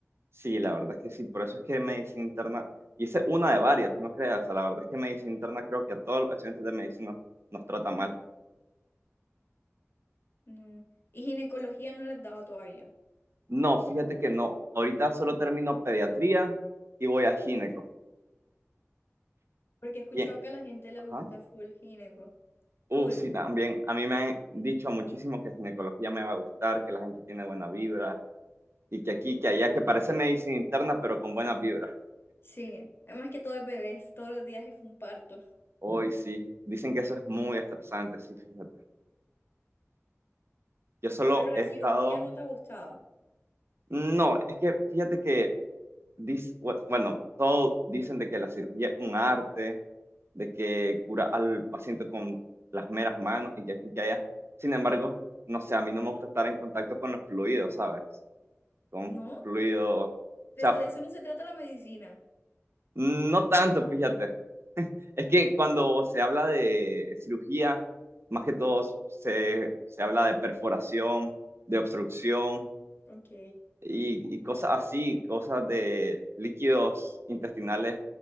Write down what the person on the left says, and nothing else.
No. Y ginecología no la has dado todavía,
porque he escuchado
que a la gente le
gusta full gineco.
Full,
sí. Además que todo es bebés, todos los días es un parto.
Pero la
cirugía
no te ha gustado,
¿no?
Pero
de eso no se trata la medicina.
Ok.